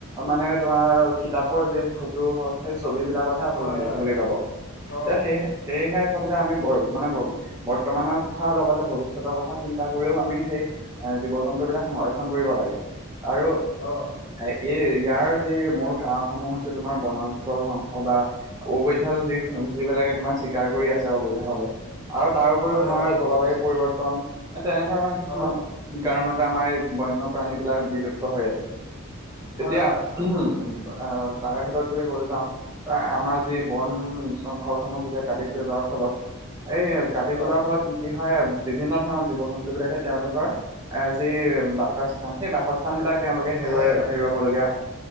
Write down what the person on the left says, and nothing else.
হয়
হয়
অ'
অ'।
হয়
অ'
অ'
হয়
হয়
অ'
হয়।